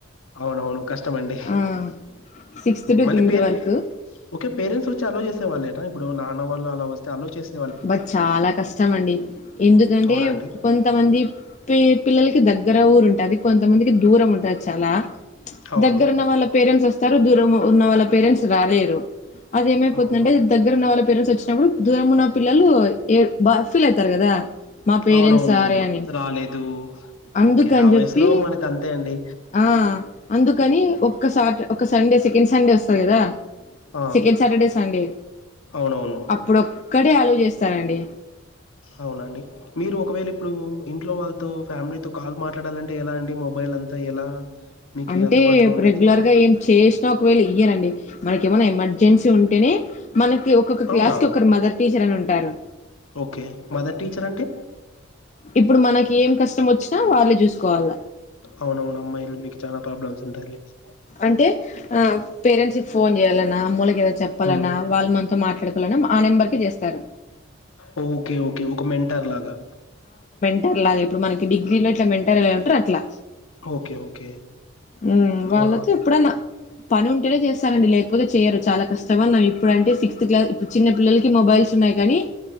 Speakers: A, on the left (about 80°); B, on the left (about 35°).
A: అవును అవును కష్టం డి
B: ఆ సిక్స్త్ టు
A: మళ్ళీ
B: టెన్త్
A: పేరె
B: వరకు
A: ఓకే పేరెంట్స్ వచ్చి అలో చేసే వాళ్ల ఇప్పుడు నాన్న వాళ్ళు అలా వస్తే అలోచేసే
B: బట్ చాలా కష్టం అండి ఎందుకంటే
A: అవునా అండి
B: కొంతమంది పి పిల్లలకి ద గ్గర ఊరు ఉంటది అది కొంతమందికి దూరం ఉంటది చాలా
A: అవును
B: దగ్గరున్న వాళ్ళ పేరెంట్స్ ఓస్తారు దూరం ఉన్న వాళ్ళ పేరెంట్స్ రాలేరు అదెమైపోతుందంటే
A: అవును
B: దగ్గర ఉన్న వాళ్ళ పేర్సెంట్స్ ఓచ్చినప్పుడు దూరం ఉన్న పిల్లలు ఏ బా ఫీలైతారు కదా మా పేరెంట్స్
A: అవునవునులెండి
B: రారే అని
A: రాలేదు
B: అందుకని
A: ఓకే ఆ వయసులో
B: చెప్పి
A: మనకు అంతే అండి
B: ఆ అందుకని ఒక్క సాట్ ఒక సండే సిక్ సెకెన్ సండే ఓస్తది కదా
A: ఆ
B: సెకెన్ సాటర్డే సండే
A: అవునవును
B: అప్పుడు క్కడ్నే ఆలోచిస్తారండి
A: అవునండి మీరు ఒకవేళిప్పుడు ఇంట్లో వాళ్ళతో ఫ్యామిలీతో కాల్ మాట్లాడాలం ఎలా అండి మొబైలంతా ఎలా మీకు
B: అంటే
A: అందుబాటులో ఉండేది
B: రెగ్యులర్గా ఏం చేసినా ఒకవేళ ఇయ్యనండి మనకేమన్నా ఎమర్జెన్సీ ఉంటేనే మనకి ఒక్కొక్క
A: అవునా
B: క్లాస్కి ఒకరు మదర్ టీచర్ అని ఉంటారు
A: ఓకే మదర్ టీచర్ అంటే
B: ఇప్పుడు మనకేం కష్టం ఓచ్చినా వాళ్లే చూస్కోవాలి అల్ల
A: అవునవును అమ్మాయిలు మీకు చాలా ప్రాబ్లమ్స్ ఉంటాయిలెండి
B: అంటే ఆ పేరెంట్స్ కి ఫోన్ జేయలన్నా అమోలకి చెప్పాలన్నా
A: ఉమ్
B: వాళ్ళు మనతో మాట్లాడుకోవాలన్నా ఆ నెంబర్కే జేస్తారు
A: ఓ ఓకే ఓకే ఒక మెంటర్లాగా
B: మెంటర్లా ఇప్పుడు మనకి డిగ్రీలో ఇట్లా మెంటర్ ఎలా ఉంటారు అట్లా
A: ఓకే ఓకే
B: మ్ వాళ్ళతో
A: ఆ
B: ఎప్పుడన్నా పని ఉంటేనే నండి లేకపోతే చేయ్యరు చాలా కష్టం అన్నా ఇప్పుడంటే సిక్స్త్ క్లాస్ ఇప్పుడు చిన్న పిల్లలకి మొబైల్స్ ఉన్నాయి కానీ